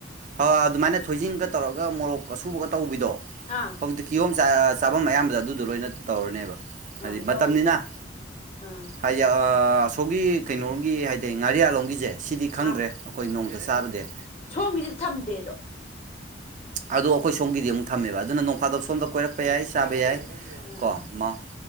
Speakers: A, on the right; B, on the left.
A: ꯍꯣ ꯑꯗꯨꯃꯥꯏꯅ ꯊꯣꯏꯗꯤꯡꯒ ꯇꯧꯔꯒ ꯃꯣꯔꯣꯛ ꯑꯁꯨꯕꯒ ꯇꯧꯕꯤꯗꯣ
B: ꯑꯥ
A: ꯀꯤꯍꯣꯝ ꯆꯥ ꯆꯥꯕꯝ ꯑꯌꯥꯝꯕꯗ ꯑꯗꯨꯗꯣ ꯂꯣꯏꯅ ꯇꯧꯔꯅꯦꯕ ꯍꯥꯏꯗꯤ
B: ꯑꯥ
A: ꯃꯇꯝꯅꯤꯅ
B: ꯇꯧꯋꯦ ꯇꯧꯋꯦ ꯑꯥ
A: ꯍꯥꯏꯗꯤ ꯑ ꯑꯁꯣꯝꯒꯤ ꯀꯩꯅꯣꯒꯤ ꯍꯥꯏꯗꯥꯏ ꯉꯥꯔꯤꯌꯥꯟꯂꯣꯝꯒꯤꯖꯦ ꯁꯤꯗꯤ ꯈꯪꯗ꯭ꯔꯦ
B: ꯑꯥ
A: ꯑꯩꯈꯣꯏ ꯅꯣꯡꯇ ꯆꯥꯔꯨꯗꯦ
B: ꯁꯣꯝꯒꯤꯗꯤ ꯊꯝꯗꯦꯗꯣ
A: ꯑꯗꯣ ꯑꯩꯈꯣꯏ ꯁꯣꯝꯒꯤꯗꯤ ꯑꯃꯨꯛ ꯊꯝꯃꯦꯕ ꯑꯗꯨꯅ ꯅꯣꯡꯐꯥꯗꯣꯛ ꯁꯣꯝꯗ ꯀꯣꯏꯔꯛꯄ ꯌꯥꯏ ꯆꯥꯕ ꯌꯥꯏ
B: ꯎꯝ
A: ꯀꯣ ꯃꯥꯎ